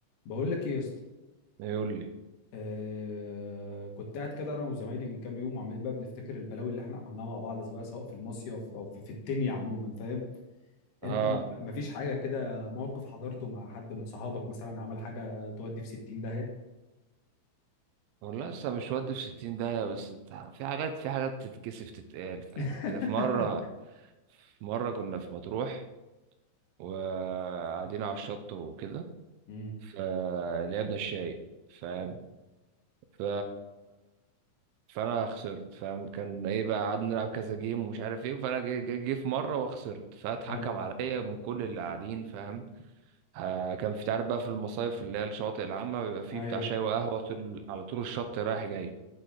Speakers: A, on the left; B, on the right.
A: بقول لك ايه يا اسطى
B: يقول لي
A: آه كنت قاعد كده انا وزمايلي من كام يوم وعمالين بقى بنفتكر البلاوي اللي احنا عملناها مع بعض سواء سواء في المصيف او في, في الدنيا عموما فاهم
B: اه
A: انت م- مفيش حاجه كده موقف حضرته مع حد من صحابك مثلا عمل حاجه تودي في 60 داهيه
B: والله لسه مش ودي في 60 داهية بس انت في حاجات في حاجات تتكسف تتقال فاهم
A: <laughs>
B: يعني في مرة في مرة كنا في مطروح وقاعدين على الشط وكده
A: امم
B: فلعبنا الشاي فاهم ف فانا خسرت فاهم كان ايه بقى قعدنا نلعب كذا جيم ومش عارف ايه فانا جه جه- جه في مره وخسرت فاتحكم
A: حلو
B: عليا من كل اللي قاعدين فاهم آه كان في تعرف بقى في المصايف اللي هي الشواطئ العامه بيبقى فيه
A: ايوه
B: بتاع شاي وقهوه طول على طول الشط رايح جاي